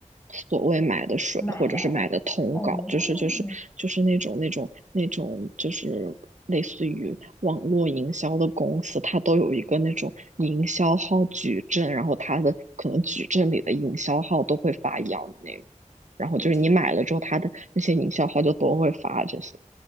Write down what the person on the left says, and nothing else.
买来的。
哦，
我去，